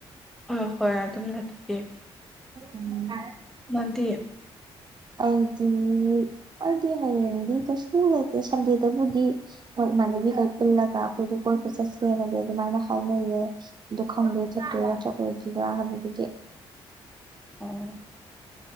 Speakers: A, in the centre; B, on the right (about 40°).
A: ꯍꯣꯢ ꯍꯣꯢ ꯑꯗꯨꯝꯅ ꯗꯣꯀꯦ
B: ꯎꯝ
A: ꯅꯪꯗꯤ
B: ꯑꯩꯗꯤ ꯑꯩꯗꯤ ꯍꯌꯦꯡꯗꯤ ꯀꯩꯁꯨ ꯂꯩꯇꯦ ꯁꯟꯗꯦꯗꯕꯨꯗꯤ ꯍꯣꯢ ꯏꯃꯥꯟꯅꯕꯤ ꯈꯩ ꯄꯨꯜꯂꯒ ꯑꯩꯈꯣꯢꯁꯨ ꯀꯣꯢꯕ ꯆꯠꯁꯦꯅꯗꯤ ꯑꯗꯨꯃꯥꯢꯅ ꯍꯥꯢꯅꯩꯌꯦ ꯑꯗꯨ ꯈꯪꯗꯦ ꯆꯠꯇꯣꯢꯔ ꯆꯠꯂꯣꯏꯗꯤꯔꯥ ꯍꯥꯢꯕꯗꯨꯗꯤ
A: ꯎꯝ